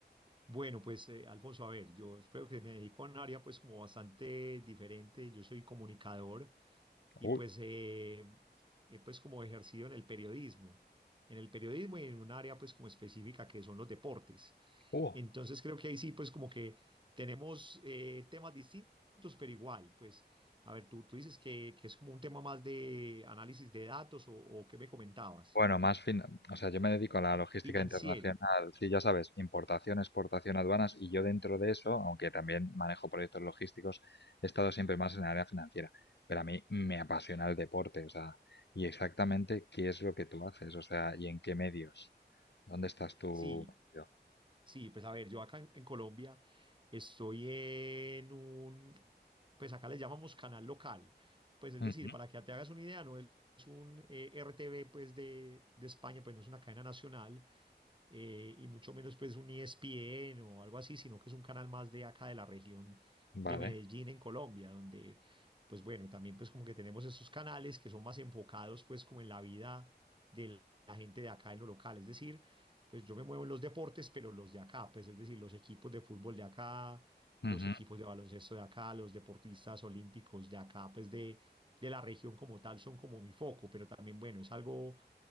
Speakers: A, on the right; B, on the left.
A: Bueno, pues, eh, Alfonso, a ver, yo creo que me dedico a un área pues como bastante diferente. Yo soy comunicador y
B: ¡Uy!
A: pues eh, he pues como ejercido en el periodismo. En el periodismo y en un área pues como específica que son los deportes.
B: ¡Uh!
A: Entonces creo que ahí sí, pues como que tenemos eh, temas distintos, pero igual, pues, a ver, tú, tú dices que, que es como un tema más de análisis de datos o, o qué me comentabas.
B: Bueno, más fin, o sea, yo me dedico a la logística
A: Financiero.
B: internacional, sí, ya sabes, importación, exportación, aduanas, y yo dentro de eso, aunque también manejo proyectos logísticos, he estado siempre más en el área financiera, pero a mí me apasiona el deporte, o sea, y exactamente qué es lo que tú haces, o sea, y en qué medios, dónde estás tú
A: Sí,
B: metido.
A: Sí, pues a ver, yo acá en, en Colombia estoy en un, pues acá le llamamos canal local, pues es
B: Ujú,
A: decir, para que te hagas una idea, no es, es un eh, RTV pues de, de España, pues no es una cadena nacional, eh, y mucho menos pues un ESPN o algo así, sino que es un canal más de acá de la región de
B: Vale.
A: Medellín en Colombia, donde pues bueno, también pues como que tenemos esos canales que son más enfocados pues como en la vida de la gente de acá en lo local, es decir, pues yo me muevo en los deportes, pero los de acá, pues es decir, los equipos de fútbol de acá, los
B: ujú.
A: equipos de baloncesto de acá, los deportistas olímpicos de acá, pues de... de la región como tal son como mi foco, pero también, bueno, es algo